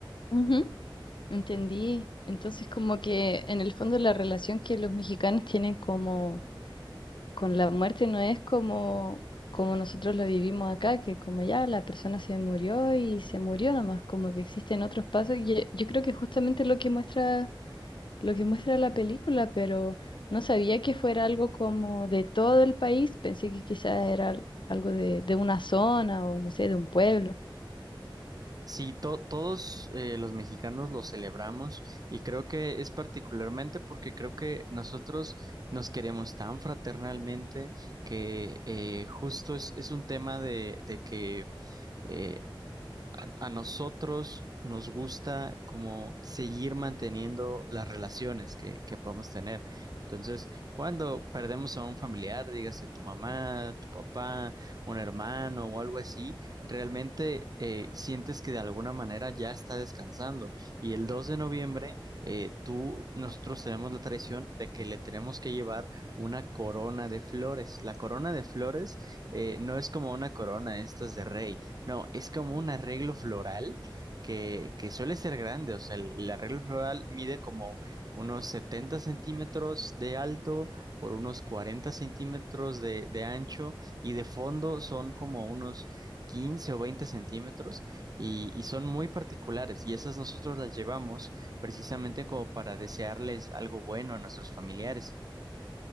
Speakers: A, on the left (about 65°); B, on the right (about 50°).
A: Ujú. Entendí. Entonces, como que en el fondo la relación que los mexicanos tienen como con la muerte no es como, como nosotros lo vivimos acá, que como ya la persona se murió y se murió nomás, como que existen otros pasos. Y yo, yo creo que justamente lo que muestra, lo que muestra la película, pero no sabía que fuera algo como de todo el país, pensé que quizás era al- algo de, de una zona o no sé, de un pueblo.
B: Sí, to- todos eh, los mexicanos lo celebramos y creo que es particularmente porque creo que nosotros nos queremos tan fraternalmente que eh, justo es, es un tema de, de que eh, a, a nosotros nos gusta como seguir manteniendo las relaciones que, que podemos tener. Entonces, cuando perdemos a un familiar, dígase tu mamá, tu papá, un hermano o algo así, realmente eh, sientes que de alguna manera ya está descansando. Y el 2 de noviembre, eh, tú, nosotros tenemos la tradición de que le tenemos que llevar una corona de flores. La corona de flores eh, no es como una corona estas de rey, no, es como un arreglo floral que, que suele ser grande. O sea, el, el arreglo floral mide como unos 70 centímetros de alto por unos 40 centímetros de, de ancho y de fondo son como unos quince o veinte centímetros y, y son muy particulares. Y esas nosotros las llevamos precisamente como para desearles algo bueno a nuestros familiares.